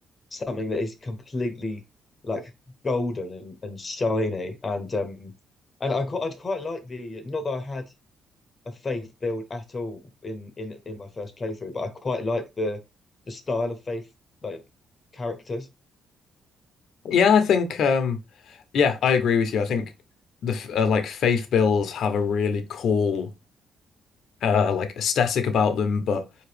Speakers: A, on the left; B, on the left.
A: something that is completely like golden and, and shiny and um and I quite I'd quite like the not that I had a faith build at all in in in my first playthrough, but I quite like the the style of faith like characters.
B: Yeah, I think um yeah, I agree with you. I think the f- uh, like faith bills have a really cool uh like aesthetic about them, but